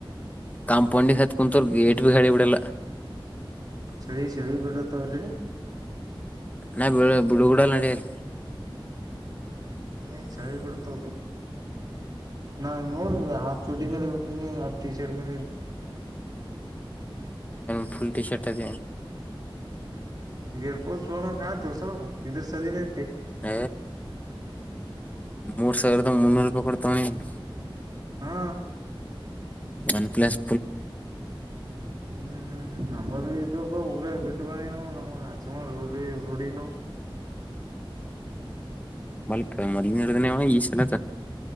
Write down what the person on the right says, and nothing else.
ಚಳಿ ಚಳಿ ಬೆಳ ತಹಲ್ಲಿ
ಏನ್ ಚಳಿ ಬಿಡ್ತ ನಾ ನೋಡ ಆ ಲ ಟ ಶರ್ಟ್
ಎಏರ್ಪೋರ್ಟ್ ತೋ ತಸೊ ಇದುರ್ ಸಲ್ಲಿನೇ
ಹಾ
ಹ್ಮ್ ಹ್ಮ್ ಹ್ಮ್ ನಮ್ಮಲ್ ಇದ್ದು ಊರಾಗ ಬಿಟ್ಟ ಬಂದಿನ್ ಹಚ್ಚಿಕೊಂಡ <unintelligible> ರೂಡಿ ಇಲ್ಲ ಅವಗ್